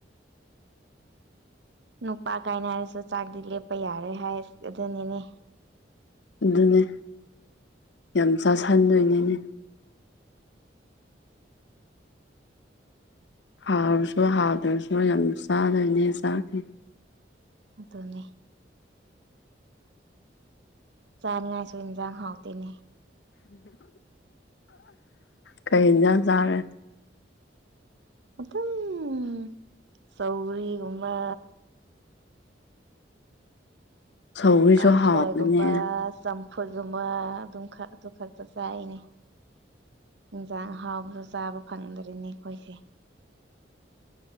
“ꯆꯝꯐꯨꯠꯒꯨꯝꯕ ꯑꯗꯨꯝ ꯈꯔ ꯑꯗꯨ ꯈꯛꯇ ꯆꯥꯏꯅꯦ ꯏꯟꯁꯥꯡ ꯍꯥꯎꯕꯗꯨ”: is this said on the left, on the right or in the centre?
Right